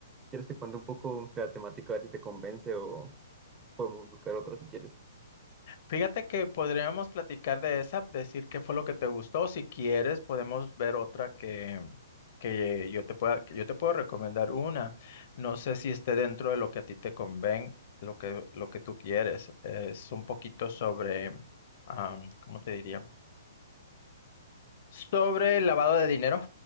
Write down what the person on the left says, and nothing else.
Fíjate que podríamos platicar de esa, decir qué fue lo que te gustó. Si quieres, podemos ver otra que, que yo te pueda, que yo te puedo recomendar una. No sé si esté dentro de lo que a ti te conven, lo que, lo que tú quieres. Es un poquito sobre, am, ¿cómo te diría? Sobre el lavado de dinero.